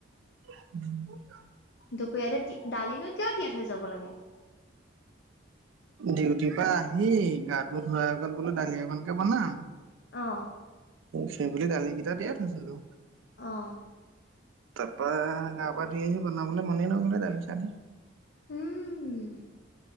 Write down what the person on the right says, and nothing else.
<inaudible>
ডিউটিৰ পৰা আহি গাটো ধোৱাৰ আগত বোলো দালি এখনকে বনাম।
সেই বুলি দালি কেইটা তিয়াই থৈছিলো।
তাৰ পৰা গা-পা ধুই আহি বনাবলৈ মনেই নগলে দালি-চালি।